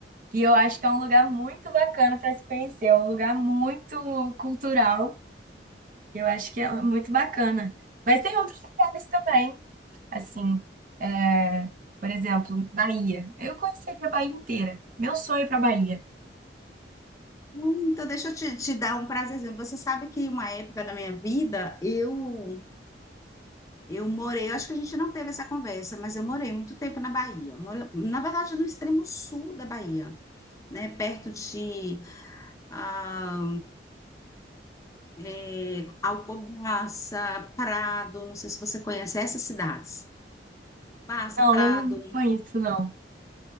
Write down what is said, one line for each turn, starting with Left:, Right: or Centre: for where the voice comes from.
Right: E eu acho que é um lugar muito bacana para se conhecer, é um lugar muito cultural. Eu acho que é muito bacana. Mas tem outros lugares também, assim, é, por exemplo, Bahia. Eu conheceria a Bahia inteira. Meu sonho é para Bahia.
Left: Hum, Então, deixa eu te, te dar um prazerzinho. Você sabe que uma época da minha vida, eu eu morei, eu acho que a gente não teve essa conversa, mas eu morei muito tempo na Bahia. Moro- Na verdade, no extremo sul da Bahia, né? Perto de ah, é, Alcobaça, Prado, não sei se você conhece essas cidades. Alcobaça,
Right: Não,
Left: Prado,
Right: eu não conheço, não.